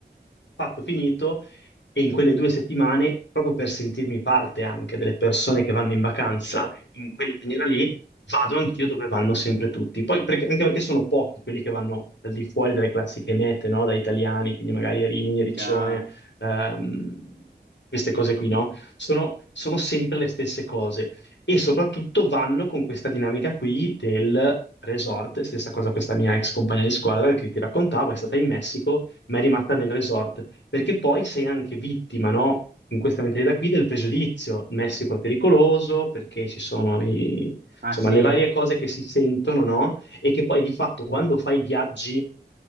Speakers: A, on the left (about 90°); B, on the right (about 65°).
A: fatto, finito, e in quelle due settimane, proprio per sentirmi parte anche delle persone che vanno in vacanza in quella maniera lì, vado anch'io dove vanno sempre tutti. Poi, perché- anche perché sono pochi quelli che vanno al di fuori delle classiche mete, no? Da italiani, quindi magari Rimini, Riccione,
B: Chiaro.
A: ehm, queste cose qui, no? Sono, sono sempre le stesse cose e soprattutto vanno con questa dinamica qui del resort, stessa cosa questa mia ex compagna di squadra che ti raccontavo, è stata in Messico, ma è rimasta nel resort perché poi sei anche vittima, no? In questa mentalità qui del pregiudizio. Il Messico è pericoloso perché ci sono i-
B: Ah
A: insomma,
B: sì.
A: le varie cose che si sentono, no? E che poi di fatto
B: Eh,
A: quando fai viaggi eh,